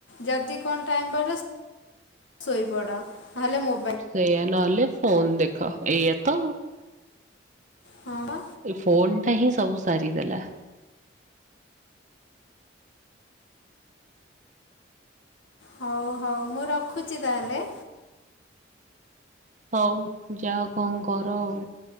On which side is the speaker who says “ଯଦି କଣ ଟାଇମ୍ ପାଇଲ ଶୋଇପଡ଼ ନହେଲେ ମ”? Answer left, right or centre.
Left